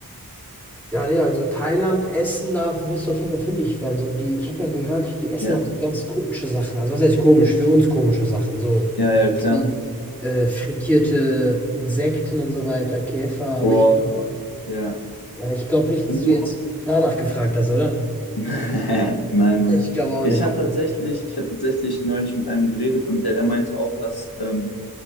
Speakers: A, in the centre; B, on the left (about 80°).
A: Ja, ne, also Thailand, Essen, da wirst du auf jeden Fall fündig werden. So die, ich habe ja gehört, die essen
B: ja,
A: auch so ganz komische Sachen. Also was heißt komisch? Für uns komische Sachen. So
B: ja, ja, klar.
A: wie äh, frittierte Insekten und so weiter, Käfer. Aber
B: Boah,
A: ich,
B: ja.
A: ja, ich glaube nicht, dass
B: Nee.
A: du jetzt danach gefragt hast, oder?
B: <laughs> Nein, nein.
A: Ich glaube auch
B: Ich
A: nicht.
B: habe tatsächlich, ich habe tatsächlich neulich mit einem geredet und der meinte auch, dass ähm,